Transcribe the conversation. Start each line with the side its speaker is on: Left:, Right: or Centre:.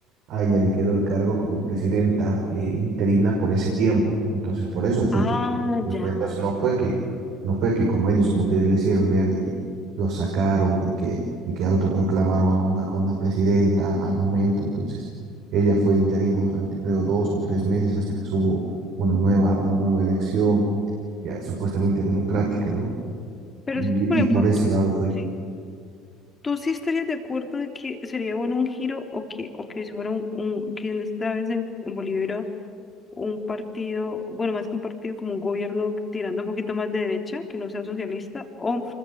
Right: a ella le quedó el cargo como presidenta eh, interina por ese tiempo. Entonces, por eso fue
Left: Ah,
Right: que, que
Left: ya,
Right: fue. Entonces, no
Left: ya.
Right: fue que, no fue que como ellos, como ustedes le hicieron ver, de que lo sacaron y que, y que autoproclamaron a una, a una presidenta al momento. Entonces, ella fue interina durante, creo, dos o tres meses hasta que hubo una nueva, una nueva elección, ya supuestamente democrática, ¿no?
Left: Pero
Right: Y,
Left: si tú, por ejemplo,
Right: y por ese lado fue.
Left: sí, ¿Tú sí estarías de acuerdo de que sería bueno un giro o que, o que si fuera un, un- que en esta vez en, en Bolivia hubiera un partido, bueno, más que un partido, como un gobierno tirando un poquito más de derecha, que no sea socialista? ¿O